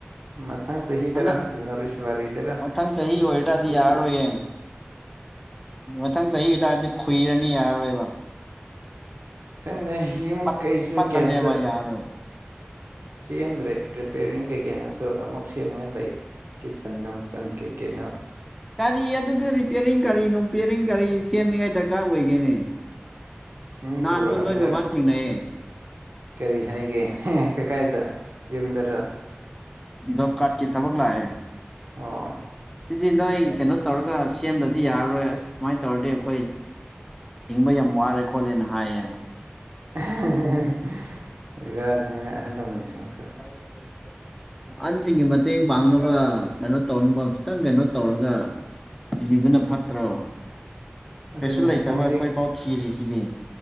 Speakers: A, on the right; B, in the centre.
A: ꯃꯊꯥꯡ ꯆꯍꯤꯗꯔ
B: ꯍꯟꯗꯛ
A: ꯖꯅꯋꯥꯔꯤ ꯐꯦꯕꯋꯥꯔꯤꯗꯔ
B: ꯃꯊꯪ ꯆꯍꯤ ꯑꯣꯏꯇꯥꯔꯗꯤ
A: ꯑ
B: ꯌꯥꯔꯔꯣꯏꯌꯦ
A: ꯈ꯭ꯔꯦ
B: ꯃꯊꯪ ꯆꯍꯤ ꯑꯗꯨꯇꯥꯔꯗꯤ ꯈꯨꯨꯏꯔꯅꯤ ꯌꯥꯔꯔꯣꯏꯕ
A: ꯈꯪꯗꯦ ꯌꯨꯝ
B: ꯄꯠ
A: ꯀꯩꯁꯨ
B: ꯄꯠꯂꯅꯦꯕ
A: ꯀꯩꯝꯇ
B: ꯌꯥꯔꯣꯏ
A: ꯁꯦꯝꯗ꯭ꯔꯦ ꯔꯤꯄꯤꯌꯥꯔꯤꯡ ꯀꯩꯀꯩꯅꯁꯨ ꯑꯃꯨꯛ ꯁꯦꯝꯉ ꯂꯩ ꯀꯤꯆꯟ ꯅꯨꯡ ꯀꯩꯀꯩꯅꯣ
B: ꯒꯥꯔꯤ ꯑꯗꯨꯗꯤ ꯔꯤꯄꯤꯌꯔꯤꯡ ꯀꯥꯔꯤ ꯅꯨꯡꯄꯤꯔꯤꯡ ꯀꯥꯔꯤ ꯁꯦꯝꯅꯤꯉꯥꯏ ꯗꯔꯀꯥꯔ ꯑꯣꯏꯒꯦꯅꯤ
A: ꯃꯤ
B: ꯅꯍꯥꯟꯁꯨ
A: ꯄꯨꯔꯛꯑꯒ
B: ꯅꯣꯏ ꯕꯕꯥ ꯊꯦꯡꯅꯩꯌꯦ
A: ꯀꯔꯤ ꯍꯥꯏꯒꯦ ꯀꯀꯥꯏꯗ ꯌꯨꯝꯗꯔ
B: ꯖꯣꯞ ꯀꯥꯔꯠꯀꯤ ꯊꯕꯛ ꯂꯥꯛꯑꯦ
A: ꯑꯣ
B: ꯁꯤꯗꯤ ꯅꯣꯏ ꯀꯩꯅꯣ ꯇꯧꯔꯒ ꯁꯦꯝꯗꯗꯤ ꯌꯥꯔꯔꯣꯏ ꯑꯁ ꯁꯨꯃꯥꯏꯅ ꯇꯧꯔꯗꯤ ꯑꯩꯈꯣꯏ ꯍꯤꯡꯕ ꯌꯥꯝ ꯋꯥꯔꯦ ꯈꯣꯠꯂꯦꯅ ꯍꯥꯏꯌꯦ
A: <unintelligible> ꯕꯦꯔꯥꯅꯤ ꯃꯣꯏ ꯑꯍꯜ ꯂꯃꯟꯁꯤꯡꯁꯨ
B: <unintelligible> ꯑꯍꯟꯁꯤꯡꯒꯤ ꯃꯇꯦꯡ ꯄꯥꯡꯅꯕ ꯀꯩꯅꯣ ꯇꯧꯅꯕ ꯈꯤꯇꯪ ꯀꯩꯅꯣ ꯇꯧꯔꯒ ꯊꯤꯕꯅ ꯐꯠꯇ꯭ꯔꯣ ꯀꯩꯁꯨ
A: ꯍꯣꯏꯅꯦ
B: ꯂꯩꯇꯕ
A: ꯈꯟꯗꯤ
B: ꯑꯩꯈꯣꯏꯐꯥꯎ ꯊꯤꯔꯤꯁꯤꯗꯤ